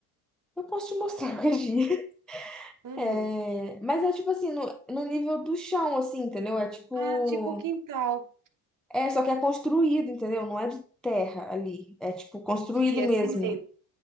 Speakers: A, in the centre; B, on the right.
A: eu posso te mostrar <laughs> qualquer dia.
B: Uhum.
A: É... Mas é tipo assim, no, no nível do chão, assim, entendeu? É tipo.
B: Ah, tipo quintal.
A: É, só que é construído, entendeu? Não é de terra ali. É tipo construído
B: Sim, é
A: mesmo.
B: cimento.